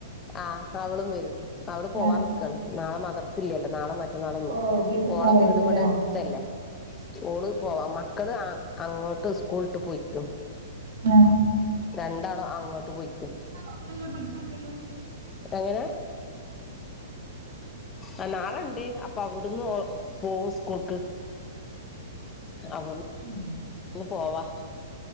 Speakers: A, on the left; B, on the right.
A: ആഹ് അവളും വരും അവള് പോവാൻ
B: ആഹ്
A: നിക്കാണ് നാളെ മദ്റ്സ് ല്ലല്ലോ നാളെ മറ്റന്നാളൊന്നും
B: ഓ വീട്ടിൽ
A: അപ്പൊ ഓളെ
B: പോവായിരിക്കുംല്ലേ
A: വീട് ഇവിടെ
B: ആഹ്
A: എടുത്തല്ലേ ഓള് പോവാ മക്കള് ആ അങ്ങോട്ട് സ്കൂളിട്ട് പോയിക്ക്
B: ആഹ്
A: രണ്ടാളും അങ്ങോട്ട് പോയിക്ക്
B: ഉണ്ടല്ലോ പഠിപ്പൊണ്ടല്ലോ.
A: എങ്ങനെ. ആഹ് നാളെണ്ട് അപ്പൊ അവുടുന്ന് പോവും സ്കൂൾക്ക് അപ്പം
B: ഉംഹ്
A: ഒന്ന് പോവാ